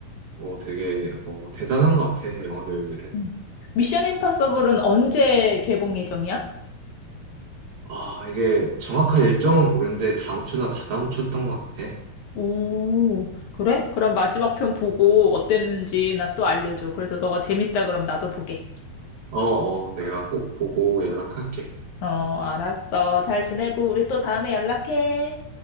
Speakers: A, on the right (about 65°); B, on the left (about 75°).
A: 어, 되게 어, 대단한 것 같아. 영화 배우들은.
B: 음. 미션 임파서블은 언제 개봉 예정이야?
A: 아, 이게 정확한 일정은 모르는데 다음 주나 다다음 주였던 것 같아.
B: 오, 그래? 그럼 마지막 편 보고 어땠는지 나 또 알려줘. 그래서 너가 재밌다 그럼 나도 보게.
A: 어, 어, 내가 꼭 보고 연락할게.
B: 어, 알았어. 잘 지내고 우리 또 다음에 연락해.